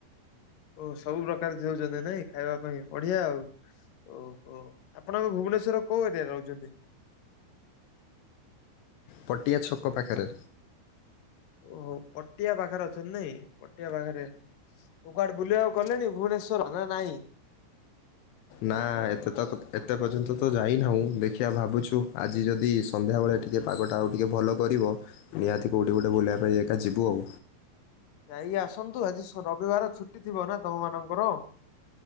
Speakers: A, on the left; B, on the left.
A: ଓ ସବୁ ପ୍ର୍ରକାର ଜଉଚନ୍ତି ନାଇଁ ଖାଇବା ପାଇଁ ବଢିଆ ଆଉ। ଓହୋ! ଆପଣ ଏବେ ଭୁବନେଶ୍ୱର କୋଉ ଏରିଆରେ ରହୁଚନ୍ତି?
B: ପଟିଆ ଛକ ପାଖରେ।
A: ଆ- ଓହୋ! ପଟିଆ ପାଖରେ ଅଛନ୍ତି ନାଇଁ ପଟିଆ ପାଖରେ। ଓ କୁଆଡେ ବୁଲିବାକୁ ଗଲେଣି ଭୁବନେଶ୍ଵର ନା ନାଇଁ? <inaudible>
B: ନା ଏତେ ତ ଏତେ ପର୍ଯ୍ୟନ୍ତ ତ ଯାଇ ନାହୁଁ। ଦେଖିଆ ଭାବୁଛୁ ଆଜି ଯଦି ସନ୍ଧ୍ୟାବେଳେ ଟିକେ ପାଗଟା ଆଉ ଟିକିଏ ଭଲ କରିବ। ନିହାତି କୋଉଠି ଗୋଟେ ବୁଲିବା ପାଇଁ ଏକା ଯିବୁ ଆଉ।
A: ଯାଇ ଆସନ୍ତୁ ଆଜି ସ-ରବିବାର ଛୁଟି ଥିବ ନା ତୋମ ମାନଙ୍କର?